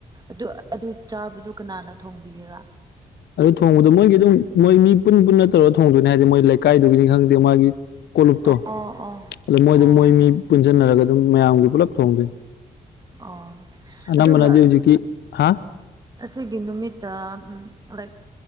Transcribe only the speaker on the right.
ꯑꯗꯨ ꯑꯗꯨ ꯆꯥꯕꯗꯨ ꯀꯅꯥꯅ ꯊꯣꯡꯕꯤꯒꯦꯔꯥ
ꯑꯣ ꯑꯣ
ꯑꯣ
ꯑꯣ
ꯑꯗꯨꯒ
ꯑꯁꯤꯒꯤ ꯅꯨꯃꯤꯠꯇ ꯎꯝ ꯂꯩ